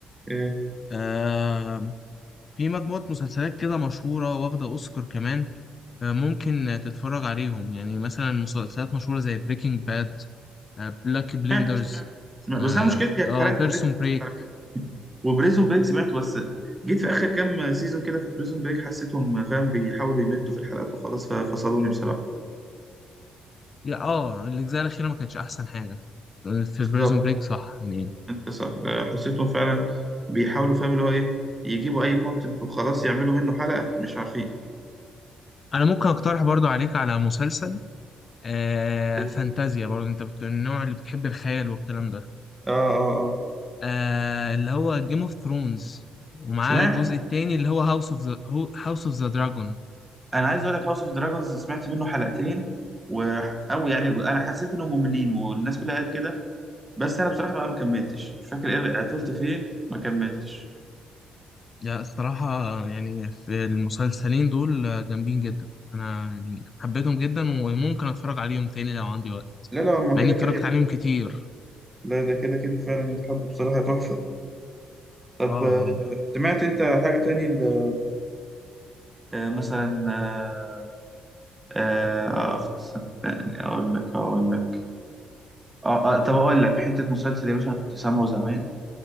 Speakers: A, on the right; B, on the left.
A: إيه،
B: آه في مجموعة مسلسلات كده مشهورة واخدة اوسكار كمان آه ممكن تتفرج عليهم يعني مثلا مسلسلات مشهورة زي بريكنج باد آه بلاك بليندرز
A: سمعته سمعته سمعته
B: اه,
A: بس انا مشكلتي
B: آه
A: حرقت
B: بيرسون
A: بريكنج
B: بريك
A: باد وبريزون بريك سمعته بس جيت في اخر كام سيزون كده في بريزون بريك حسيتهم فاهم بيحاولوا يمدوا في الحلقات وخلاص ففصلوني بصراحه
B: يا اه الاجزاء الاخيرة ما كانتش احسن حاجة في
A: بالظبط
B: بيرسون بريك صح يعني
A: انت صح آه، حسيتهم فعلا بيحاولوا فاهم اللي هو ايه يجيبوا اي كونتنت وخلاص يعملوا منه حلقه مش عارفين
B: انا ممكن اقترح برضو عليك على مسلسل آه
A: اه
B: فانتازيا برضو انت بت- النوع اللي بتحب الخيال والكلام ده
A: اه اه
B: آه اللي هو جيم اوف ثرونز ومعاه
A: سمعت
B: الجزء التاني اللي هو هاوس اوف ذا هاوس اوف ذا دراجون
A: انا عايز اقول لك هاوس اوف دراجونز سمعت منه حلقتين و... او يعني انا حسيت انهم مملين والناس كلها قالت كده بس انا بصراحه بقى ما كملتش مش فاكر ايه اللي- عطلت فين ما كملتش
B: لا الصراحة يعني في المسلسلين دول آه، جامدين جدا أنا يعني حبيتهم جدا وممكن أتفرج عليهم تاني لو عندي وقت
A: لا لا هما
B: مع
A: كده
B: إني اتفرجت
A: كده
B: عليهم كتير
A: لا ده كده كده فعلا يتحبوا بصراحة تحفة طب
B: اه
A: آه،
B: يعني
A: سمعت انت حاجة تاني ل- آه مثلا آه آه أفت- صدقني اقول لك اقول لك آه آه طب اقول لك حته مسلسل يا باشا انا كنت سامعه زمان